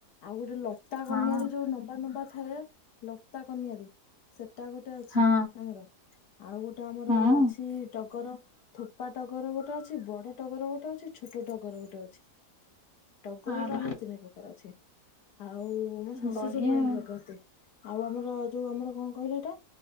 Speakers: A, on the left; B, on the left.
A: ଆଉ ଗୋଟେ ଲଟା କନିଆରୀ
B: ହଁ
A: ଯୋଉ ନମ୍ବା ନମ୍ବା ଥାଏ। ଲତା କନିଆରୀ ସେଟା ଗୋଟେ ଅଛି
B: ହଁ
A: ଆମର ଆଉ ଗୋଟେ ଆମର
B: ହଁ
A: ଅଛି ଟଗର ଥୋ ଥୋପା ଟଗର ଗୋଟେ ଅଛି, ବଡ ଟଗର ଗୋଟେ ଅଛି, ଛୋଟ ଟଗର ଗୋଟେ ଅଛି। ଟଗର
B: ଆ
A: ର
B: ବା
A: ଆମର ତିନି ପ୍ରକାର ଅଛି। ଆଉ ମୋ ଶାଶୁ
B: ବଢିଆ
A: ସବୁ ଆଣିକି
B: ଆଉ
A: ଲଗାନ୍ତି ଆଉ ଆମର ଯୋଉ ଆମର କଣ କହିଲୁ ଏଟା